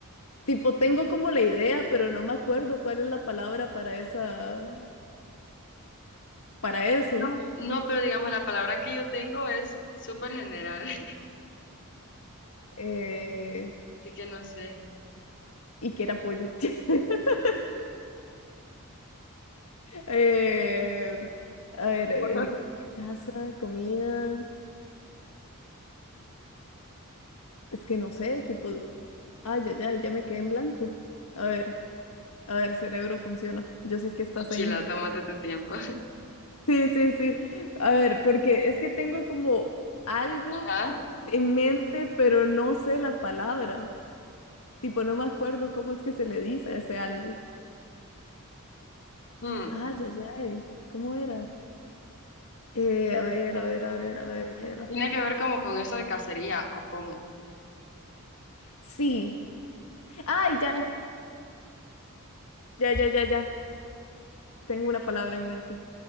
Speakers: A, on the left (about 75°); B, on the left (about 55°).
A: tipo tengo como la idea, pero no me acuerdo cuál es la palabra para esa. para eso
B: No, no, pero digamos, la palabra que yo tengo es súper general. <laughs>
A: eh,
B: Así que no sé.
A: y que era pollo. <laughs> Eh, a ver, eh,
B: <laughs>
A: casa, comida, es que no sé, tipo, ay, ya, ya, ya me quedé en blanco. A ver, a ver, cerebro funciona. Yo sé que estás
B: Tranquila,
A: ahí.
B: tómate tu tiempo.
A: Sí, sí, sí. A ver, porque es que tengo como algo
B: <laughs> Ajá.
A: en mente, pero no sé la palabra. Tipo, no me acuerdo cómo es que se le dice a ese algo.
B: Ujú.
A: Ay, ya, ya, ¿cómo era? Eh, a ver, a ver, a ver, a ver.
B: Tiene que ver como con eso de cacería o cómo.
A: Sí. Ay, ya, ya, ya, ya, ya. Tengo una palabra en mente.